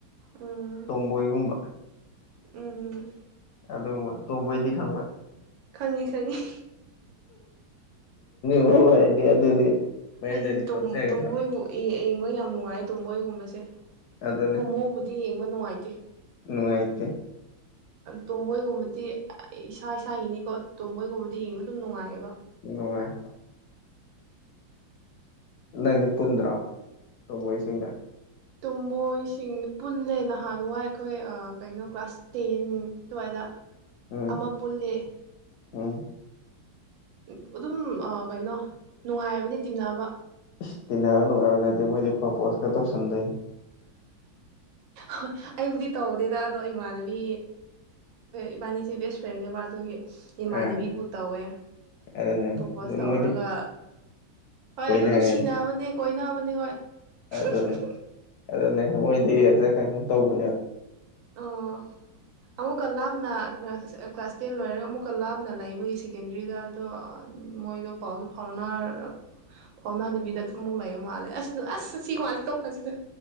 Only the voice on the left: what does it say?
ꯇꯣꯝꯕꯣꯏꯒꯨꯝꯕ
ꯑꯗꯨꯒꯨꯝꯕ ꯇꯣꯝꯕꯣꯏꯗꯤ ꯈꯪꯕ꯭ꯔ
<unintelligible> ꯑꯗꯨꯗꯤ ꯃꯌꯦꯟꯗꯗꯤ
ꯄꯛꯆꯒꯗꯕ
ꯑꯗꯨꯅꯤ
ꯅꯨꯡꯉꯥꯏꯇꯦ
ꯅꯨꯉꯥꯏ ꯅꯪꯗꯤ ꯄꯨꯟꯗ꯭ꯔꯣ ꯇꯨꯝꯕꯣꯏꯁꯤꯡꯒ
ꯎꯝ
ꯎꯝ
ꯏꯁ ꯇꯤꯟꯅꯕ ꯅꯨꯡꯉꯥꯏꯕ ꯅꯠꯇꯦ ꯃꯣꯏꯗꯤ ꯄ꯭ꯔꯄꯣꯁꯀ ꯇꯧꯁꯟꯗꯣꯏꯅꯤ
ꯑꯥ
ꯑꯗꯨꯅꯦ
ꯃꯣꯏꯗꯤ
ꯀꯣꯏꯅꯔꯦ
ꯑꯗꯨꯅꯦ ꯑꯗꯨꯅꯦ ꯃꯣꯏꯗꯤ ꯑꯗ ꯀꯩꯅꯣ ꯇꯧꯕꯅꯦ